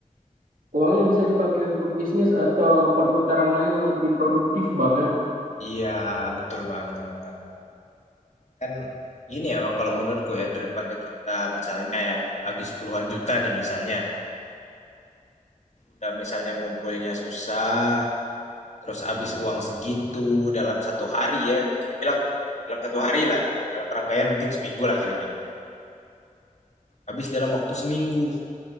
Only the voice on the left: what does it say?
Iya, betul banget. Kan gini ya, Bang, kalau menurutku ya daripada kita misalnya ya habis puluhan juta nih misalnya, udah misalnya ngumpulinnya susah, terus habis uang segitu dalam satu hari ya, bisa dibilang dalam satu hari lah gitu, dalam rangkaian mungkin seminggu lah kira-kira. habis dalam waktu seminggu.